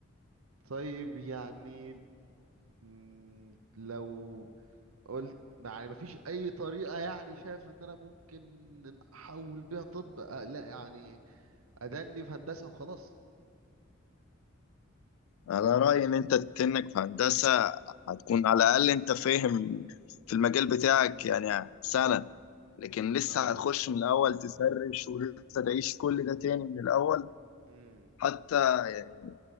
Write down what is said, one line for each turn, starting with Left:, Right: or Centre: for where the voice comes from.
Right: طيب يعني مم، لو قلت يعني مفيش اي طريقة يعني شايف ان انا ممكن إن احول بيها طب آه لا يعني ادني في هندسة وخلاص
Left: على رأيي إن أنت تنك في هندسة هتكون على الأقل أنت فاهم في المجال بتاعك يعني سنة لكن لسه
Right: اه
Left: هتخش من الأول تسرش ولسه تعيش كل ده تاني من الأول
Right: امم
Left: حتى يعني